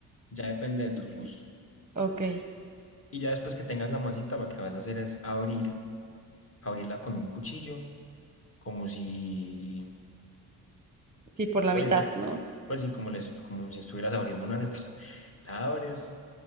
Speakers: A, on the left (about 25°); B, on the right (about 15°).
A: Ya depende de tus
B: Ok,
A: gustos.
B: Ok,
A: Y ya después que tengas la masita, lo que vas a hacer es abrir, abrirla con un cuchillo, como si,
B: sí, por la
A: pues
B: mitad,
A: sí,
B: ¿no?
A: pues sí, como, les, como si estuvieras abriendo una arepa. <laughs> La abres